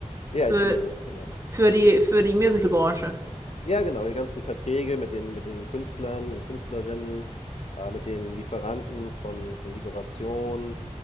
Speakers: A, on the left (about 60°); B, on the right (about 25°).
A: Ja,
B: Für,
A: ich bin Jurist, genau.
B: für die, für die Musical-Branche.
A: Ja, genau, die ganzen Verträge mit den, mit den Künstlern und Künstlerinnen, äh, mit den Lieferanten von, von Dekorationen,